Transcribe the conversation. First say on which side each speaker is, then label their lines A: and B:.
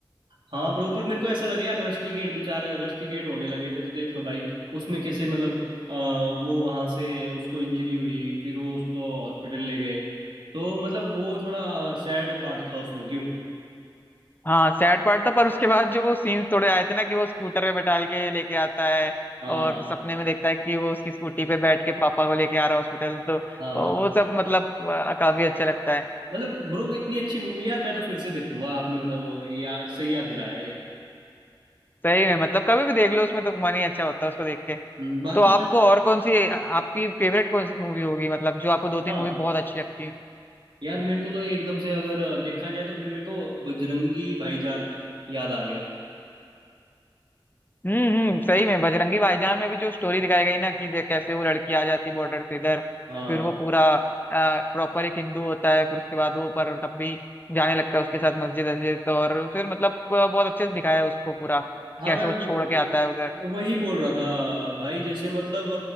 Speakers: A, on the right; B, on the left.
A: हाँ ब्रो पर मेरे को ऐसा लगे यार रस्टिकेट बेचारे रस्टिकेट होने लगे थे तो देख लो भाई उसने कैसे मतलब अ, वो वहां से उसको इंजरी हुई फिर वो उसको हॉस्पिटल ले गए तो मतलब वो थोड़ा सैड पार्ट था उसमें क्यों
B: हाँ सैड पार्ट था पर उसके बाद जो वो सीन्स थोड़े आए थे ना कि वो स्कूटर पे बैठाल के लेके आता है
A: हाँ
B: और सपने में देखता है कि वो उसकी स्कूटी पे बैठ के पापा को लेके आ रहा है हॉस्पिटल तो
A: हाँ
B: वो सब मतलब अ, काफी अच्छा लगता है
A: मतलब ब्रो इतनी अच्छी मूवी यार मैं तो फिर से देखूंगा आपने बताओ यार सही याद दिलाया ये
B: सही में मतलब कभी भी देख लो उसमें तो मन ही अच्छा होता है उसको देख के
A: हम्म, बाकी
B: तो आपको और कौन सी आपकी फेवरेट कौन सी मूवी होगी मतलब जो आपको दो तीन
A: हाँ
B: मूवी बहुत अच्छी लगती है
A: यार मेरे को तो एकदम से अगर अ, देखा जाए तो फिर मेरे को बजरंगी भाईजान याद आ गया
B: हम्म हम्म सही में बजरंगी भाईजान में भी जो स्टोरी दिखाई गई ना कि जे- कैसे वो लड़की आ जाती बॉर्डर से इधर
A: हाँ
B: फिर वो पूरा प्रॉपर एक हिंदू होता है फिर उसके बाद वो पर तब भी जाने लगता है उसके साथ मस्जिद वस्जिद और फिर मतलब अ, बहुत अच्छे से दिखाया है उसको पूरा
A: हाँ
B: कैसे
A: मैं वो,
B: वो छोड़ के आता
A: वो-
B: है उधर
A: वही बोल रहा था भाई जैसे मतलब